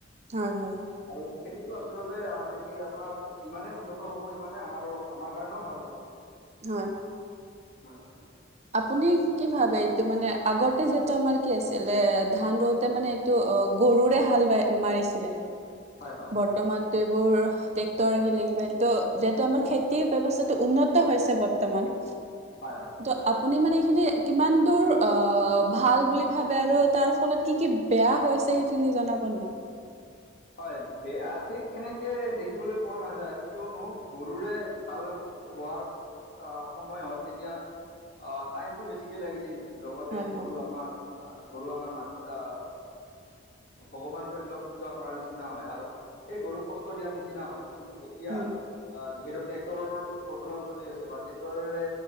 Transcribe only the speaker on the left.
আৰু খেতিটো আচলতে অ এনেকে আপোনাৰ যিমানে উন্নত হ'ব সিমানে আমাৰো আমাৰ কাৰণেওঁ ভাল হ'ব।
হয় হয়
হয় হয়
হয় হয়
হয় বেয়া ঠিক সেনেকে দেখিবলৈ পোৱা নাযায় কিয়নো গৰুৰে হাল বোৱাৰ আ সময়ত আ তেতিয়া টাইমটো বেছিকে লাগিছিল লগতে
গৰু
আমাৰ আ গৰু আমাৰ মাত আ ভগৱান তৈল্য পূজা কৰাৰ নিচ নিচিনা হয় আৰু সেই গৰুক কষ্ট দিয়াৰ নিচিনা হয় কিন্তু এতিয়া
অ যিহেতু ট্ৰেক্টৰৰো প্ৰচলন চলি আছে বা ট্ৰেক্টৰেৰে